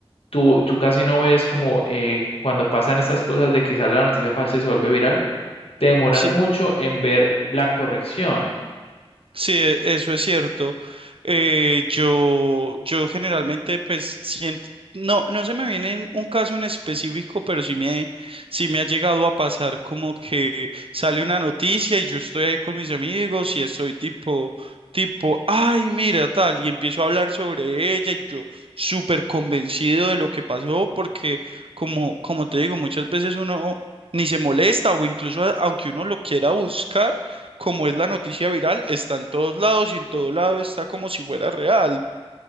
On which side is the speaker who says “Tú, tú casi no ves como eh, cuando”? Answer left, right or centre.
Left